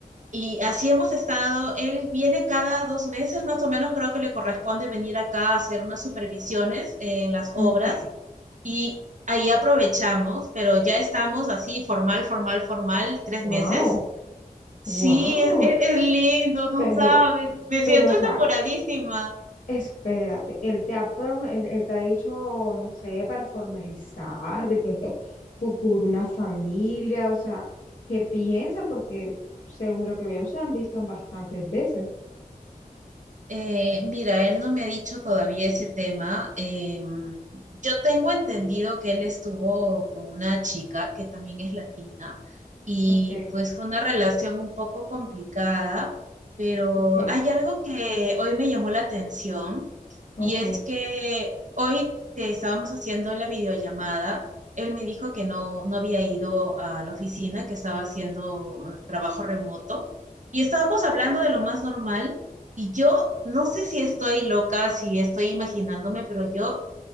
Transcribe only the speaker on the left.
Ok.
Wow.
Wow,
pero,
pero,
o sea,
espérate, él te ha, prom- él, él te ha dicho, no sé, para formalizar de pronto futuro, una familia, o sea, ¿qué piensa? Porque según lo que veo, se han visto bastantes veces.
Ok,
ok,
ok.